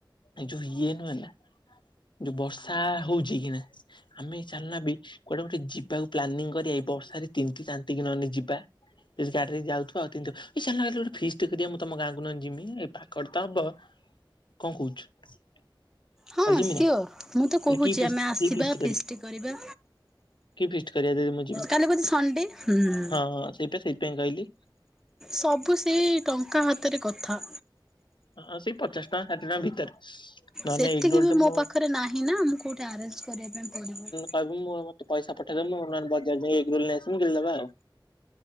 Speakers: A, on the left; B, in the centre.
A: ଏ ଯୋଉ ଇଏ ନୁହେଁ ନା ଯୋଉ ବର୍ଷା ହଉଚି କି ନା ଆମେ ଚାଲନା ବି କୁଆଡେ ଗୋଟେ ଯିବାକୁ ପ୍ଲାନିଂ କରିବା କି ବର୍ଷାରେ ତିନିତିତାନ୍ତି କି ନହେଲେ ଯିବା। ଇସଗାଡ୍ ରେ ଯାଉଥିବା ଆଉତିନ ଦିଅ, ଏ ଚଲୁନ ଆଉ ଗୋଟେ ଫିଷ୍ଟ୍ କରିବା। ମୁଁ ତମ ଗାଁକୁ ନହେଲେ ଯିବିଂ ଏ ପାଖରେ ତ ହବ। କଣ କହୁଛୁ?
B: ହଁ
A: କାଲି ଯିମି
B: ସିଓର
A: ନା
B: ମୁଁ ତ
A: କାଲି
B: କହୁଛି
A: କି ଫିଷ୍ଟ
B: ଆମେ ଆସିବା
A: କି ଫିଷ୍ଟ
B: ଫିଷ୍ଟ୍ କରିବା।
A: କି ଫିଷ୍ଟ କରିବା ଯଦି ମୁଁ ଯିମି?
B: କାଲି ବୋଧେ ଷଣ୍ଢେ? ହୁଁ।
A: ହଁ ହଁ ସେଇପା ସେଇଥିପାଇଁ କହିଲି
B: ସବୁ ସେଇ ଟଙ୍କା ହାତରେ କଥା।
A: ହଁ ସେଇ ପଚାଶ ଟଙ୍କା ଷାଠିଏ ଟଙ୍କା ଭିତରେ। ନହେଲେ
B: ସେତିକି
A: ଏଗରୋଲ
B: ବି
A: ଟେ
B: ମୋ
A: ମୁଁ
B: ପାଖରେ ନାହିଁ ନା ମୁଁ କୋଉଠି ଆରେନ୍ଜ୍ କରିବା ପାଇଁ ପଡିବ।
A: କହିବ ମୁଁ ମତେ ପଇସାଠେଇଦବ ମୁଁ ବଜାର ଯାଇଁ ଏଗ୍ ରୋଲ୍ ନେଇ ଆସିବି ଗିଳିଦବା ଆଉ।